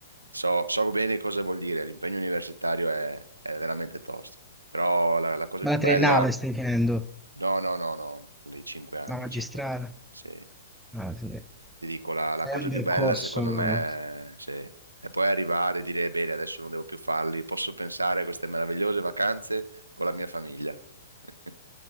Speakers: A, on the right; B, in the centre.
A: so, so bene cosa vuol dire, l'impegno universitario è, è veramente tosto, però la, la cosa
B: Ma
A: più
B: la triennale
A: bella,
B: stai finendo,
A: no, no, no, no, i cinque anni,
B: la magistrale.
A: i cinque anni, se,
B: Ah, sì.
A: ti dico, la, la
B: È
A: cosa
B: un
A: più
B: percorso.
A: bella secondo me se, è poi arrivare e dire, bene, adesso non devo più farli, posso pensare a queste meravigliose vacanze con la mia famiglia. <laughs>